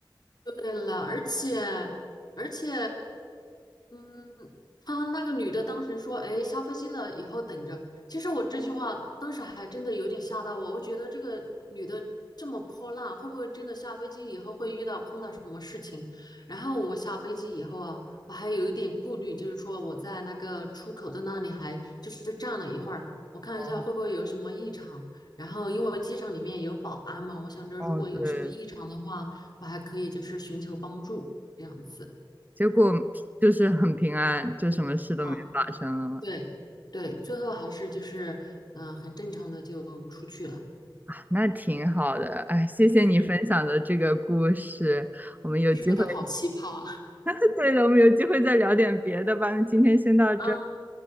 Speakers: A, on the left (about 55°); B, on the right (about 20°).
A: 对了，而且而且，嗯，他那个女的当时说：“哎，下飞机了，以后等着。”其实我这句话当时还真的有点吓到我，我觉得这个女的这么泼辣，会不会真的下飞机以后会遇到碰到什么事情？然后我下飞机以后啊，我还有一点顾虑，就是说我在那个出口的那里还就是站了一会儿，我看一下会不会有什么异常。
B: 哦
A: 然后因为机场里面有保安嘛，我想着如果有什么异常的话。
B: 哦，对，
A: 我还可以就是寻求帮助这样子
B: 结果就是很平安，就什么事都没发生了嘛。
A: 啊，对对，最后还是就是嗯、呃很正常的就出去了。
B: 啊，那挺好的，哎，谢谢你分享的这个故事，
A: 嗯，
B: 我们有机会，
A: 是的，好奇葩
B: <laughs> 对的，我们有机会再聊点别的吧。那今天先到这儿，
A: <laughs> 啊，